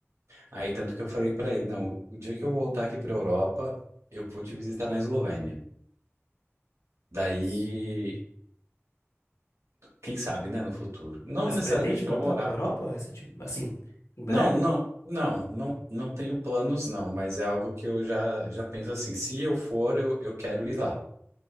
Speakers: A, on the right (about 70°); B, on the left (about 75°).
A: Aí tanto que eu falei pra ele, não, o dia que eu voltar aqui pra Europa, eu vou te visitar na Eslovênia. Daí,
B: Nossa.
A: quem sabe, né, no futuro. Não
B: Mas
A: necessariamente
B: você pretende
A: pra
B: voltar
A: morar.
B: para a Europa recente, assim, em breve?
A: Não, não, não, não, não tenho planos não, mas é algo que eu já já penso assim, se eu for, eu, eu quero ir lá.